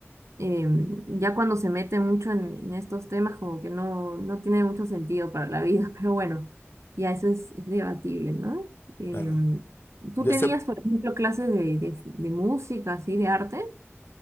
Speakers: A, on the right; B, on the left.
A: em, ya cuando se mete mucho en, en estos temas, como que no, no tiene mucho sentido para la vida, <laughs> pero bueno, ya eso es, es debatible, ¿no? Em,
B: Claro.
A: tú
B: Yo
A: tenías,
B: sé
A: por ejemplo, clases de, de, de música, así, de arte.